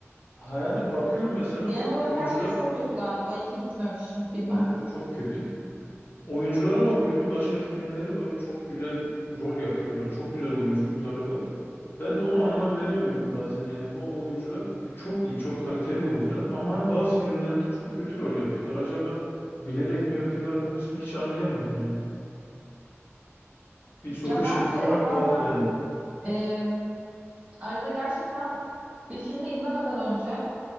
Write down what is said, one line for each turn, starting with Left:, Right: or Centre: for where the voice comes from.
Left: Yani bakıyorum mesela
Right: Genel olarak
Left: oyuncular
Right: her şey çok kötü galiba. İyi ki gitmemişim filme.
Left: evet çok kötü. Oyunculara bakıyorum. Başka filmleri var. Çok güzel rol yapıyorlar. Çok güzel oyunculukları var. Ben de ona anlam veremiyorum bazen. Yani bu oyuncular e, çok iyi, çok kaliteli oyuncular. Ama hani bazı filmlerinde çok kötü rol yapıyorlar. Acaba bilerek mi yapıyorlar? O kısmı hiç anlayamadım yani. Bir soru
Right: Ya
Left: işareti
Right: bence
Left: olarak
Right: bazen
Left: kaldı bende.
Right: e, arada gerçekten bir filmi izlemeden önce